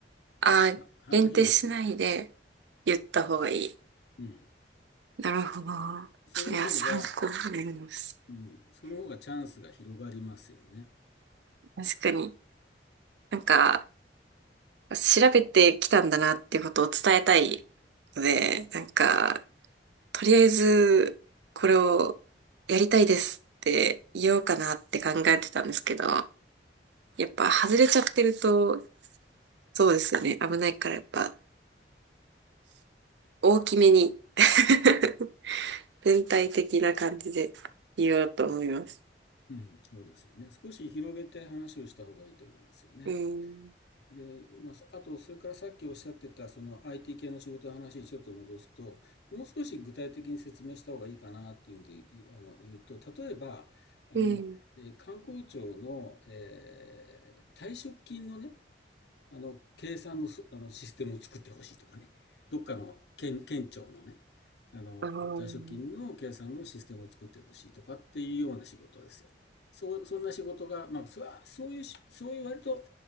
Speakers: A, on the right (about 80°); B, on the left (about 70°).
A: あ、
B: 幅広く、
A: 限定しないで言った方がいい。
B: うん、
A: なるほど。
B: その方が、
A: いや、参考になります。
B: うん、その方がチャンスが広がりますよね。
A: 確かに。なんか、調べてきたんだなっていうことを伝えたいので、なんか、とりあえず、これをやりたいですって言おうかなって考えてたんですけど、やっぱ外れちゃってると、そうですよね。危ないからやっぱ、大きめに <laughs> 全体的な感じで言おうと思います。
B: うん、そうですよね。少し広げて話をした方がいいと思いますよね。
A: うん。
B: で、まあ、あと、それからさっきおっしゃってた、その IT 系の仕事の話にちょっと戻すと、もう少し具体的に説明した方がいいかなっていうんで、いあの、言うと、例えば、あの、
A: うん。
B: えー観光庁の、えー退職金のね、あの、計算のす、あの、システムを作ってほしいとかね。どっかの県、県庁のね、あの、
A: ああ。
B: 退職金の計算のシステムを作ってほしいとかっていうような仕事ですよ。
A: うん
B: そう、そんな仕事が、まあ、それは、そういうそういう割と、